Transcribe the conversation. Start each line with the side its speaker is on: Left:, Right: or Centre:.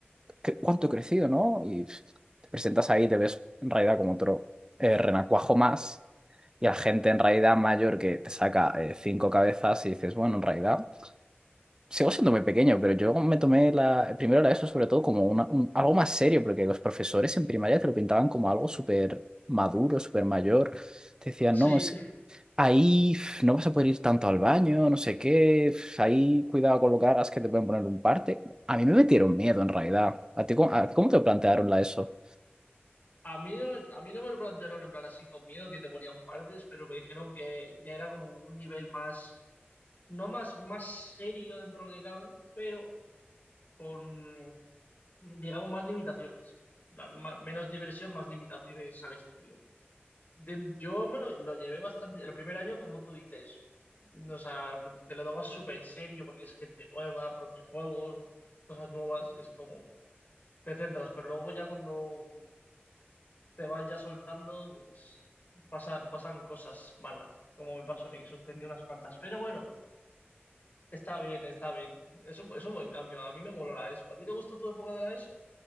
Right: qué- cuánto he crecido, ¿no? Y pf, te presentas ahí, y te ves en realidad como otro eh, renacuajo más, y la gente en realidad mayor que te saca eh, cinco cabezas y dices, bueno, en realidad sigo siendo muy pequeño, pero yo me tomé la, primero la ESO sobre todo como una- un- algo más serio, porque los profesores en primaria te lo pintaban como algo súper maduro, súper mayor. Te decían,
Left: Sí.
Right: no, es, ahí f, no vas a poder ir tanto al baño, no sé qué, f, ahí cuidado con lo que hagas que te pueden poner un parte. A mí me metieron miedo en realidad. ¿A ti, cómo a ti cómo te plantearon la ESO?
Left: A mí no, me- a mí no me lo plantearon en plan así con miedo que te ponían partes, pero me dijeron que ya era como un nivel más, no más, más serio dentro de lo que cabe, pero con, digamos, más limitaciones. En plan, ma- menos diversión, más limitaciones al estudio. De- yo me lo, lo llevé bastante, el primer año, como tú dices, o sea, te lo dabas súper serio porque es gente nueva, profes nuevos, cosas nuevas, y es como... te centras, pero luego ya cuando te vas ya soltando, pues pasan, pasan cosas malas, como me pasó a mí que suspendí unas cuantas. Pero bueno, está bien, está bien. Es un, es un buen cambio. A mí me moló la ESO. ¿A ti te gustó tu época de la ESO?